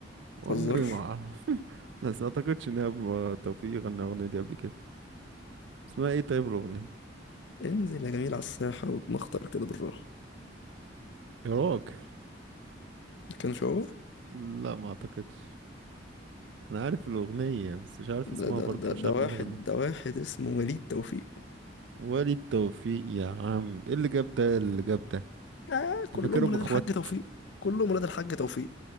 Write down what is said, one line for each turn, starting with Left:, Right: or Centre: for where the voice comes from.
Right: والنبي
Left: تهزرش
Right: ما أعرف بس اعتقدش ان هو توفيق غنى الاغنيه دي قبل كده اسمها ايه طيب الاغنيه
Left: انزل يا جميل على الساحه واتمخطر كده بالراحه
Right: يا راجل
Left: ما كانش هو
Right: لا ما اعتقدش انا عارف الاغنيه بس مش عارف اسمها
Left: ده ده
Right: برضه
Left: ده
Right: مش
Left: ده
Right: عارف
Left: واحد
Right: مين اللي غناها
Left: ده واحد اسمه وليد توفيق
Right: وليد توفيق يا عم ايه اللي جاب ده إيه اللي جاب ده
Left: آه كلهم
Right: انت فاكرهم
Left: ولاد
Right: اخوات
Left: الحاج توفيق كلهم ولاد الحاج توفيق